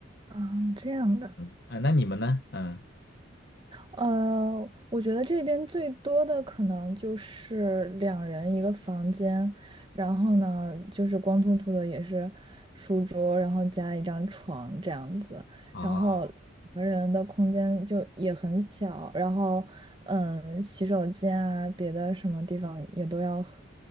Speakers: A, on the right; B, on the left.
A: 啊，这样的。
B: 嗯，啊，那你们呢？嗯，
A: 呃，我觉得这边最多的可能就是两人一个房间，然后呢，就是光秃秃的也是书桌，然后加一张床这样子，
B: 啊
A: 然后两个人的空间就也很小，然后嗯，洗手间啊，别的什么地方也都要和